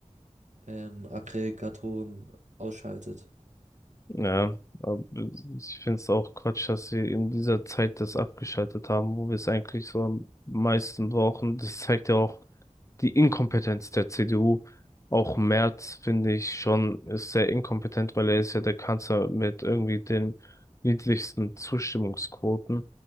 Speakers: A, on the right (about 75°); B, on the left (about 25°).
A: ähm, Aggregatoren ausschaltet.
B: Ja. Aber Ich finde es auch Quatsch, dass sie in dieser Zeit das abgeschaltet haben, wo wir es eigentlich so am meisten brauchen. Das zeigt ja auch, die Inkompetenz der CDU. Auch Merz finde ich schon ist sehr inkompetent, weil er ist ja der Kanzler mit irgendwie den niedrigsten Zustimmungsquoten.